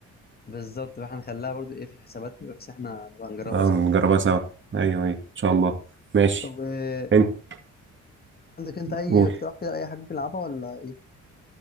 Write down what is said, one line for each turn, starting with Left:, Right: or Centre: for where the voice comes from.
Left: بالظبط فاحنا نخليها برضو ايه في الحسابات كده، بحيث احنا نبقى نجربها
Right: اه
Left: سوا
Right: نجربها سوا ايوه ايوه ان شاء الله ماشي
Left: وعندك
Right: انت
Left: انت اي
Right: قول
Left: اقتراح كده اي حاجه ممكن نلعبها ولا ايه